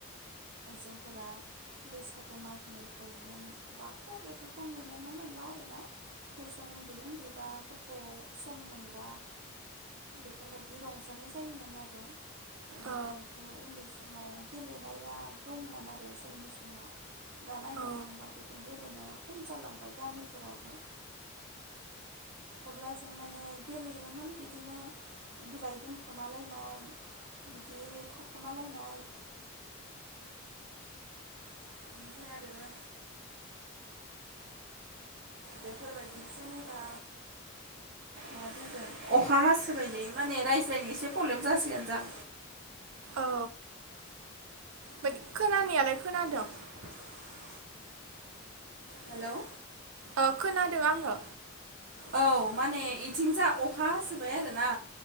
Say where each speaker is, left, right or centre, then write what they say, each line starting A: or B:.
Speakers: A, on the right; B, on the right.
A: जोंफोरा बैसागो मागिनाय थायोमोन दाथ बेफोरखौ नुनोनो मोनला आरोना ओजों उन्दै उन्दैबा गथ सम मोनबा बेफोरबायदि रंजानाय जायोमोन आरो बेनिफ्रायथ
B: औ
A: उन्दै सम गेलेनाया दंमोन आरो जोंनि समाव दा नायनो
B: औ
A: थांबा बेफोर गेले नाया खम जालांबाय गामिफोरावबो अब्ला जों माने गेलेयोमोन बिदिनो बिलाइ दोनखोमालायनाय बिदि थाखोमालायनाय <unintelligible> ओमफ्राय आरो बेफोरबायदि जेनेबा मा बुंगोन अखा हासोबायलै माने रायज्लायनो एसे पलेम जासिगोन दां
B: औ बाद खोनानायालाय खोनादों
A: <unintelligible> हेलौ
B: ओ खोनादों आङो
A: औ माने इथिंजा अखा हासोबाय आरोना